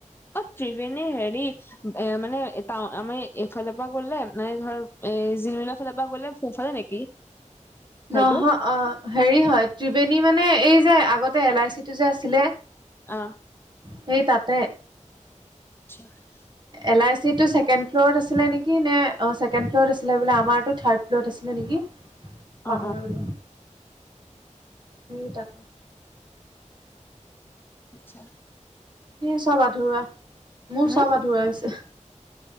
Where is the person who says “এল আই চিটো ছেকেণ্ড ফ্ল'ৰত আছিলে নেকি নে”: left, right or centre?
Right